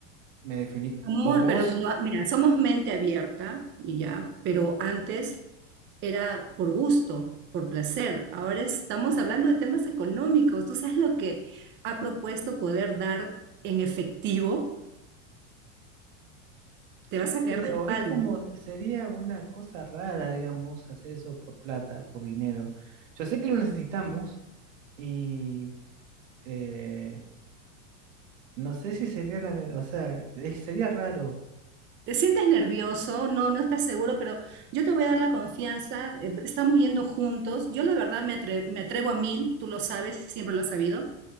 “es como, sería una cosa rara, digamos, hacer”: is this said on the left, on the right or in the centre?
Right